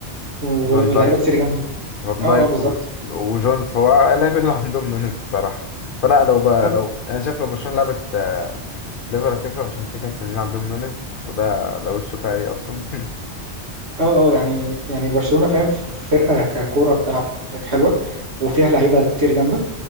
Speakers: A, on the right; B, on the left.
A: و-
B: وفان
A: ولاعيبة
B: دايك
A: كتير جامدة
B: فان
A: اه
B: دايك
A: اه بالظبط
B: و- وجونز هو اللاعب اللي عندهم نونيز بصراحة فلا لو بقى
A: اه
B: لو أنا شايف لو برشلونة لعبت آه، ليفر هتكسب عشان كده كانت التنين عندهم نونيز وده ده وشه فقري أصلا <laughs>
A: اه آه، يعني يعني برشلونة فاهم ف- فرقة ككورة بتلعب حلوة وفيها لعيبة كتير جامدة